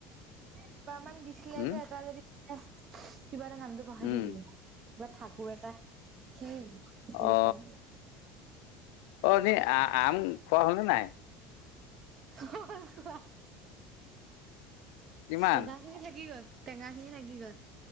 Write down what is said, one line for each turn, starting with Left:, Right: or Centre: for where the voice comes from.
Right: দুবাৰ মান দিছিলে
Left: উম
Right: যে, এটা যে দিছিলে, কিবা এটা নামটো পাহৰি
Left: উম
Right: থাকিলো বা ঠাকুৰ এটা কি
Left: অ অ
Right: ৰিকম
Left: অ নি আ আম খোৱা হল নে নাই?
Right: হ হ
Left: কিমান
Right: থোৱা কিবা এইখিনি থাকি গল টেঙাখিনি থাকি গল